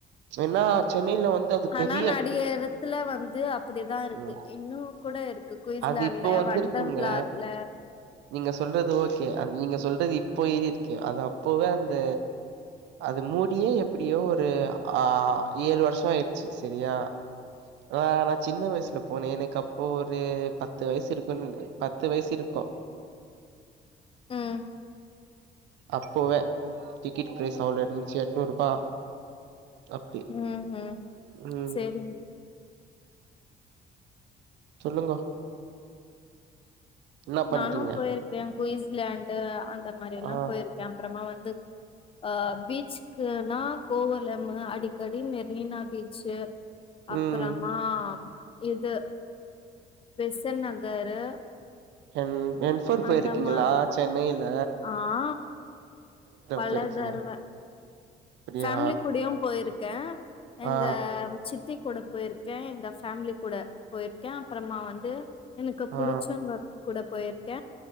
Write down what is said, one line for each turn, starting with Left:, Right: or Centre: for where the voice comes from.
Right: ஏன்னா சென்னையில வந்து அது
Left: ஆனா
Right: பெரிய
Left: நடிக எடத்துல வந்து அப்டிதா இருக்கு
Right: ம்
Left: இன்னு கூட இருக்கு குயிஸ்லாண்ட்ல
Right: அது இப்போ வந்துருக்குங்க
Left: வண்டர்லார்ல
Right: நீங்க சொல்றது ஓகே அ நீங்க சொல்றது இப்போ ஏறிருக்கு அது அப்போவே அந்த அது மூடியே எப்டியோ ஒரு ஆ ஏழு வருஷோ ஆய்ருச்சு சரியா ஆ நா சின்ன வயசுல போனே எனக்கு அப்போ ஒரு பத்து வயசு இருக்கு னு பத்து வயசு இருக்கு
Left: ம்
Right: அப்போவே டிக்கெட் ப்ரைஸ் அவ்ளோ இருந்துச்சு எட்நூருபா அப்டி
Left: ம் ம்
Right: ம்
Left: சேரிங்க
Right: சொல்லுங்கோ என்ன பண்றீங்க
Left: நானு போயிருக்கே குயிஸ்லாண்டு அந்த மாரில்லா
Right: ஆ
Left: போய்ருக்க அப்பறமா வந்து அ பீச்கு னா கோவலமு அடிக்கடி மெரினா பீச்சு அப்பறமா
Right: ம்
Left: இது பெசன்ட் நகரு
Right: என் என்ஃபோர் போயிருக்கீங்களா
Left: அந்த மாரி
Right: சென்னைல
Left: ஆ பல
Right: போயிருக்கீங்க
Left: தரவ
Right: அப்டியா
Left: ஃபேமிலி கூடயு போய்ருக்க எங்க
Right: ஆ
Left: சித்தி கூட போய்ருக்க எங்க ஃபேமிலி கூட போய்ருக்க அப்பறமா வந்து எனக்கு
Right: ஆ
Left: புடிச்சவங்க கூட போய்ருக்க